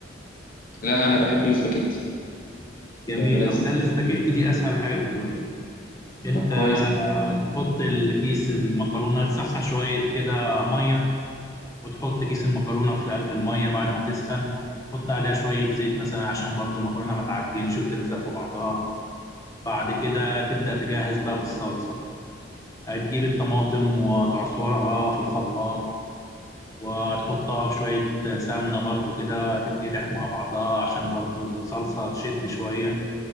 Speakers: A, on the left; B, on the left.
A: لا انا بحب الاسباجيتي
B: جميل
A: بتعملها
B: قوي
A: ازاي
B: ده الاسباجيتي دي اسهل حاجه في الدنيا انت
A: طب كويس
B: آه،
A: يا عم.
B: تحط الكيس المكرونه تسخن شويه كده ميه وتحط كيس المكرونه في قلب الميه بعد ما تسخن تحط عليها شويه زيت مثلا عشان برضو المكرونه ما تعجنش وتلزق في بعضها بعد كده تبدا تجهز بقى في الصلصه هتجيب الطماطم وتعصرها في الخلاط وتحطها بشوية سمنة برضو كده تتقدح مع بعضها عشان برضو الصلصة تشد شوية